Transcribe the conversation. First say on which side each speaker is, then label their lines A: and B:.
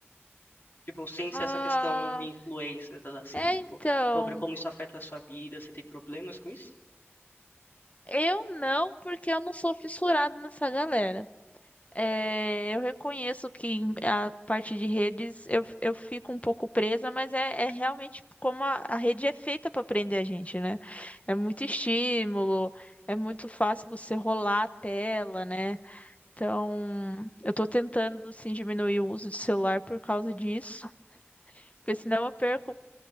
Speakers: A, on the left (about 50°); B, on the left (about 30°).
A: Tipo, sem ser
B: Ah,
A: essa questão de influências, assim,
B: é
A: tipo,
B: então.
A: sobre como isso afeta a sua vida, você tem problemas com isso?
B: Eu não, porque eu não sou fissurada nessa galera. É, eu reconheço que em- a parte de redes eu, eu fico um pouco presa, mas é, é realmente como a, a rede é feita para prender a gente, né? É muito estímulo, é muito fácil você rolar a tela, né? Então, eu tô tentando, assim, diminuir o uso de celular por causa disso, porque senão eu perco,